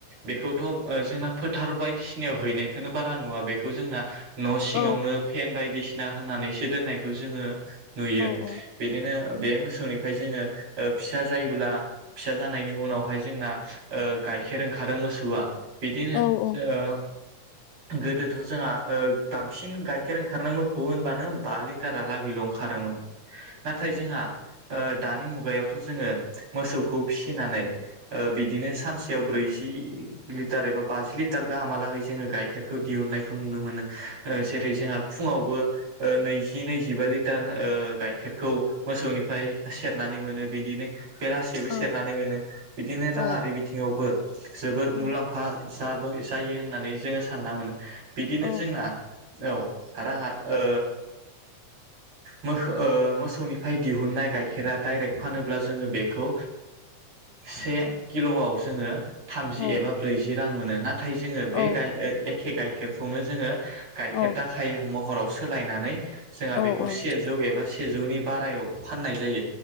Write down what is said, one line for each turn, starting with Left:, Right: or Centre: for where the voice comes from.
Right: बेखौ थ जोंना फोथार बायदिसिनायाव हैनायखौनो बारा नुवा बेखौ जोंना न' सिङावनो
Left: औ
Right: फेन बायदिसिना होननानैसो दोननाय बेखौ जोङो नुयो
Left: औ
Right: बिदिनो बे मोसौनि जोङो फिसा जायोब्ला फिसा जानाय जनि उनावहाय जोंना ओ गाइखेर ओंखारो मोसौआ बिदिनो
Left: औ
Right: ओ गोदोथ' ओ जोंहा बांसिन गाइखेर ओंखारनाय मोखौ होनब्लानो बा लिटारालागैल' ओंखारोमोन नाथाय जोंहा दानि मुगायाव थ' जोङो मोसौखौ फिसिनानै ओ बिदिनो सानसे याव ब्रैजि लिटार एबा बाजि लिटार गाहामहालागै जोंङो गाइखेरखौ दिहुननायखौ नुनो मोनो जेरै जोंहा फुङावबो नैजि नैजिबा लिटार ओ गाइखेरखौ मोसौनिफ्राय सेरनानै मोनो बिदिनो बेलासेबो
Left: औ
Right: सेरनानै मोनो बिदिनो
Left: औ
Right: राङारि बिथिंङावबो जोबोर
Left: औ
Right: मुलाम्फा जाब जायो होननानै जोंङो सानना मोनो बिदिनो
Left: औ
Right: जोंना औ रांङा ओ मोखौ मोसौनिफ्राय दिहुननाय गाइखेरा दाइरेक्ट फानोब्ला जोंङो बेखौ से किल'आव जोंङो थामजि
Left: औ
Right: एबा ब्रैजि रां मोनो ना नाथाय जोंङो
Left: औ
Right: बे गाइ ओ ए खे गाइखेरखौनो जोंङो गाइखेर
Left: औ
Right: दा खायो महराव सोलायनानै जोंहा
Left: औ
Right: बेखौ
Left: औ
Right: सेजौ
Left: औ
Right: एबा सेजौनि बारायाव फाननाय जायो